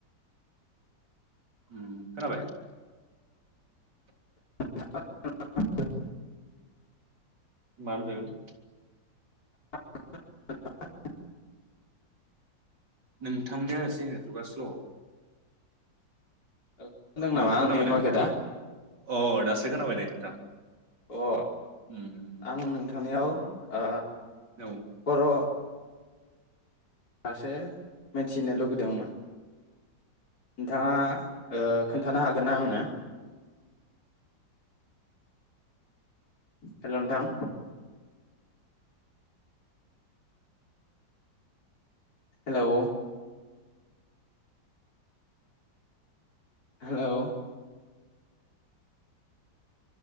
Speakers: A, on the right; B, on the left.
A: <unintelligible> खोनाबाय
B: <unintelligible>
A: मा होनदों
B: <unintelligible>
A: नोंथांनिया एसे नेटवर्का स्ल।
B: खोनादों नामा
A: औ
B: आंनि
A: खोनाबायना
B: माथोखौ दा
A: अ दासो खोनाबाय दे नोंथां
B: अ
A: उम
B: आं नोंथांनियाव आ
A: औ
B: बर' फारसे मिथिनो लुगैदोंमोन। नोंथाङा खोन्थानो ओ हागोन ना आंनो? हेलौ नोंथां। Hello hello